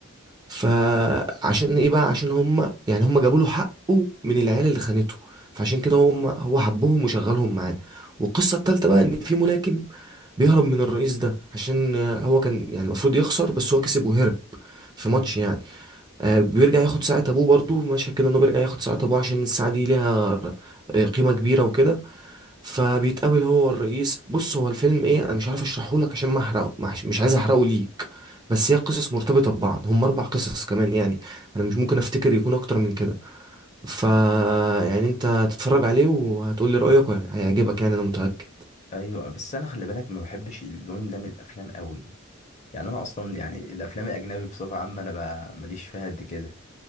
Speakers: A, on the right (about 20°); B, on the left (about 35°).
A: فعشان ايه بقى عشان هم يعني هم جابوا له حقه من العيال اللي خانته فعشان كده هم هو حبهم وشغلهم معاه والقصه التالته بقى ان في ملاكم بيهرب من الرئيس ده عشان آه، هو كان يعني المفروض يخسر بس هو كسب وهرب في
B: مم.
A: ماتش يعني آه بيرجع ياخد ساعة ابوه برضو مشهد كده انه بيرجع ياخد ساعة ابوه عشان الساعة دي ليها آه، قيمة كبيرة وكده فبيتقابل هو والرئيس بص هو الفيلم ايه انا مش عارف اشرحه لك عشان ما احرقه ما أحش- مش عايز احرقه ليك بس هي قصص مرتبطة ببعض هم اربع قصص كمان يعني انا مش ممكن افتكر يكون اكتر من كده ف
B: مم.
A: يعني انت تتفرج عليه وهتقول لي رأيك هيعجبك يعني انا متأكد
B: ايوه بس انا خلي بالك ما بحبش اللون ده من الافلام قوي يعني انا اصلا يعني الافلام الاجنبي بصفه عامه انا ب- ماليش فيها قد كده